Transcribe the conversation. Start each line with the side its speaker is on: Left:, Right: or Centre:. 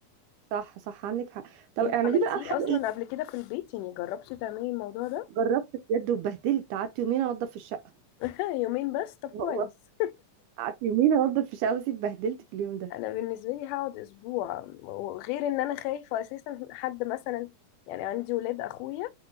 Right: صح صح عندك حق طب
Left: انت
Right: اعمليه
Left: عملتيه
Right: بقى بحاجه
Left: اصلا
Right: إيه؟
Left: قبل كده في البيت يعني جربتي تعملي الموضوع ده
Right: جربت بجد واتبهدلت قعدت يومين انضف في الشقه
Left: <laughs> يومين بس طب كويس
Right: والله قعدت يومين انضف في الشقه بس اتبهدلت في اليوم
Left: <laughs>
Right: ده
Left: انا بالنسبه لي هقعد اسبوع وغير ان انا خايفه اساسا حد مثلا يعني عندي ولاد اخويا